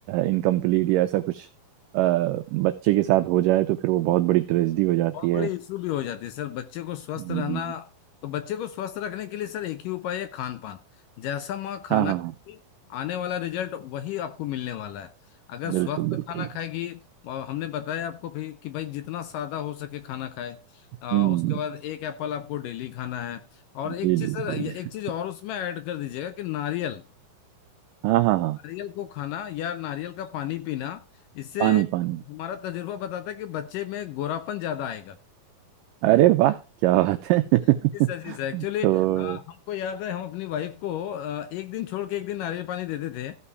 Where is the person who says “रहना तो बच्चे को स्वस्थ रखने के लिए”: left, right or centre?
Left